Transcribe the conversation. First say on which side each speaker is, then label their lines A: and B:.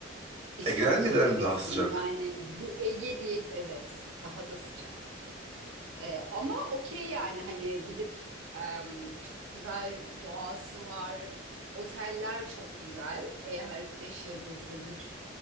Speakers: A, on the right; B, on the right.
A: işte
B: Ege'den
A: onu
B: mi
A: söylemek
B: dedim daha
A: istedim.
B: sıcak?
A: Yani bir Ege diye evet daha da sıcak. Ee, ama okey yani hani gidip em, çok güzel doğası var. Oteller çok güzel. Eğer beş yıldızlı lüks